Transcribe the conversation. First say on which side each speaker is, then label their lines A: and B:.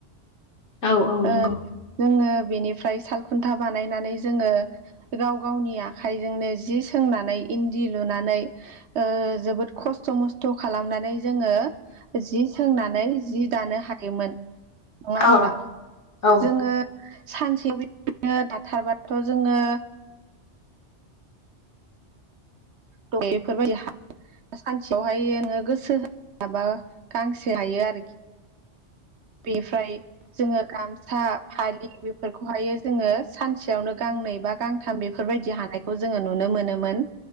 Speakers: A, on the left; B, on the right.
A: औ औ
B: ओ
A: नंगौ
B: जोङो बेनिफ्राय सालखुन्था बानायनानै जोङो गाव गावनि आखाइजोंनो जि सोंनानै इन्दि लुनानै ओ जोबोद खस्थ' मस्थ' खालामनानै जोङो जि सोंनानै जि दानो हायोमोन । नङा होनब्ला
A: औ औ
B: जोङो सानसेयाव बिदिनो दाथारबाथ' जोङो द बेफोरबायदि सानसेयावहाय नोङो गोसो होनो हाबा गांसे हायो आरोखि बेनिफ्राय जोङो गाम सा फालि बेफोरखौहायो जोङो सानसेयावनो गांनै बा गांथाम बेफोरबायदि हानायखौ जों जोङो नुनो मोनोमोन